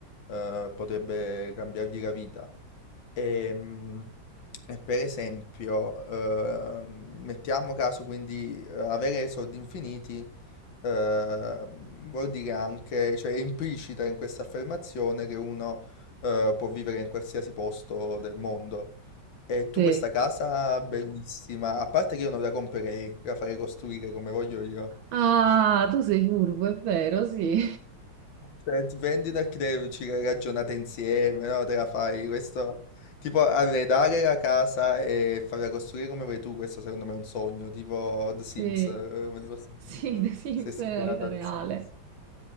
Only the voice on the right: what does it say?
sì.
Ah, tu sei furbo, è vero, sì.
<laughs> Sì,
sì, The Sims
è
la vita
reale.